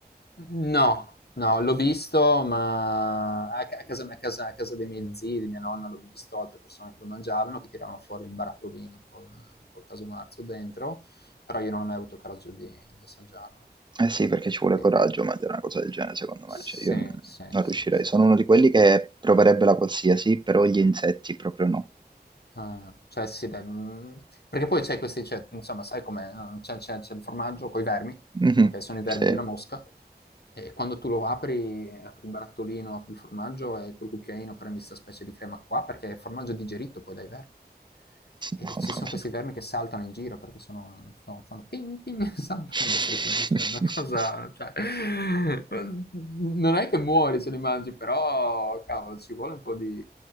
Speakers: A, on the left; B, on the right.
A: no, no, l'ho visto ma a ca a casa a casa a casa dei miei zii, di mia nonna l'ho visto, altre persone che lo mangiavano, che tiravano fuori il barattolino col col caso marzo dentro, però io non ho mai avuto il coraggio di di assaggiarlo.
B: Eh sì, perché ci vuole
A: E
B: coraggio mangiare una cosa del genere, secondo
A: sì,
B: me. Cioè, io non
A: sì,
B: non
A: sì,
B: riuscirei.
A: sì.
B: Sono
A: sì.
B: uno di quelli che proverebbe la qualsiasi, però gli insetti proprio no.
A: Ah, cioè sì dai, mhmm, perché poi c'è questi cioè, insomma sai com'è, uhm, c'è c'è c'è il formaggio coi vermi,
B: Mh-mh.
A: okay, sono i vermi
B: Sì.
A: di una mosca, e quando tu lo apri apri il barattolino, apri il formaggio e col cucchiaino prendi 'sta specie di crema qua, perché è formaggio digerito poi dai vermi. E
B: Mamma
A: e ci son
B: mia.
A: questi vermi che saltano in giro perché sono so fanno ping ping, <laughs> saltano
B: <laughs>
A: a destra e a sinistra, è una cosa cioè, <laughs> uhm, non è che muori se li mangi, però cavolo ci vuole un po' di